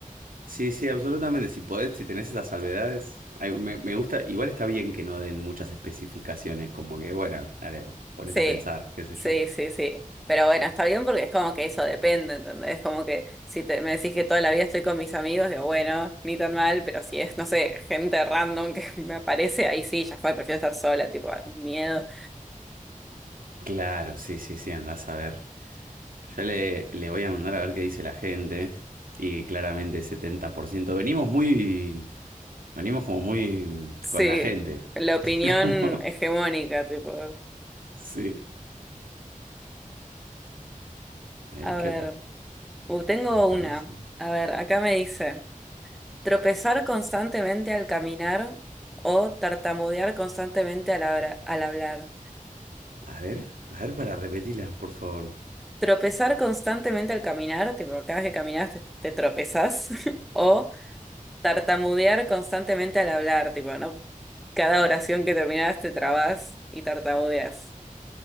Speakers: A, on the right; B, in the centre.
A: Sí, sí, absolutamente. Si podés, si tenés esas salvedades, ay, me, me gusta, igual está bien que no den muchas especificaciones, como que, bueno, dale, vos ponete
B: Sí,
A: a pensar, qué sé
B: sí,
A: yo.
B: sí, sí. Pero bueno, está bien porque es como que eso depende, ¿entendés? Como que si te- me decís que toda la vida estoy con mis amigos, digo, bueno, ni tan mal, pero si es, no sé, gente random que <laughs> me aparece, ahí sí, ya fue, prefiero estar sola, tipo, miedo.
A: Claro, sí, sí, sí, andás a ver. Ya le, le voy a mandar a ver qué dice la gente. Y claramente 70% Venimos muy. Venimos como muy mm,
B: Sí,
A: con la gente.
B: la opinión
A: <laughs> Como-
B: hegemónica, tipo.
A: sí. A ver
B: A
A: qué
B: ver,
A: otras
B: uh, tengo
A: aparecen.
B: una. A ver, acá me dice, tropezar constantemente al caminar o tartamudear constantemente al, habra- al hablar.
A: A ver, a ver para repetirla, por favor.
B: Tropezar constantemente al caminar, tipo, cada vez que caminas te, te tropezás, <laughs> o tartamudear constantemente al hablar, tipo, ¿no? Cada oración que terminás te trabas y tartamudeas.